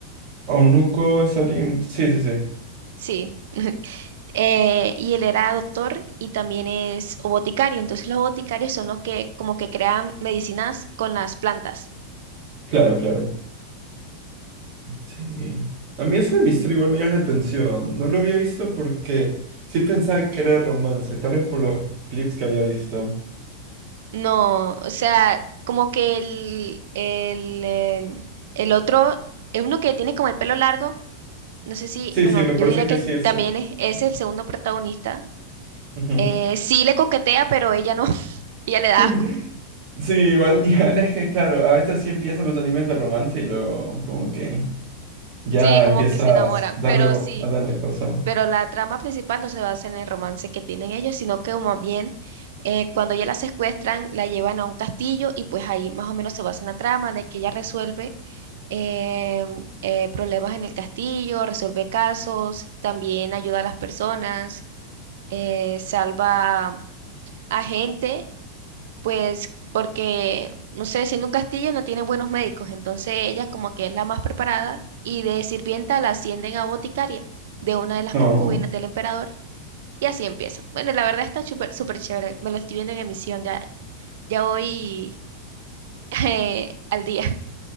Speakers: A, on the right; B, on the right.
A: Aunuko es alguien... Sí, sí, sí.
B: Sí. <laughs> eh, y él era doctor y también es boticario. Entonces los boticarios son los que como que crean medicinas con las plantas.
A: Claro, claro. Sí. A mí eso de misterio igual me llama la atención. No lo había visto porque sí pensaba que era de romance, tal vez por los clips que había visto.
B: No, o sea, como que el, el, el, el otro, es uno que tiene como el pelo largo, no sé si,
A: Sí,
B: bueno,
A: sí, me
B: yo
A: parece
B: diría
A: que
B: que
A: sí es...
B: también
A: es-
B: es, es el segundo protagonista.
A: ujú.
B: Eh, sí le coquetea, pero ella no, <laughs> ella
A: <laughs>
B: le da asco.
A: Sí, igual, igual es que, claro, a veces sí empiezan los animes de romance y luego como que ya
B: Sí, como
A: empiezas
B: que se enamora,
A: a darle,
B: pero sí.
A: a darle cosa.
B: pero la trama principal no se basa en el romance que tienen ellos, sino que más bien eh, cuando ya la secuestran, la llevan a un castillo y pues ahí más o menos se basa en la trama de que ella resuelve em, eh, problemas en el castillo, resuelve casos, también ayuda a las personas, eh, salva a gente, pues porque, no sé, siendo un castillo no tienen buenos médicos, entonces ella como que es la más preparada y de sirvienta la ascienden a boticaria de una de las
A: No.
B: concubinas del emperador. Y así empiezo. Bueno, la verdad está súper súper chévere. Me lo estoy viendo en emisión. Ya, ya voy <laughs> eh, al día.